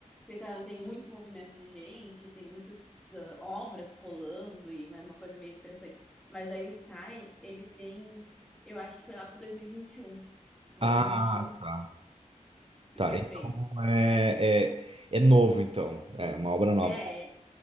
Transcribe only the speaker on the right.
Ah, tá.
Tá.
Então
é, é, é novo, então. É uma obra nova.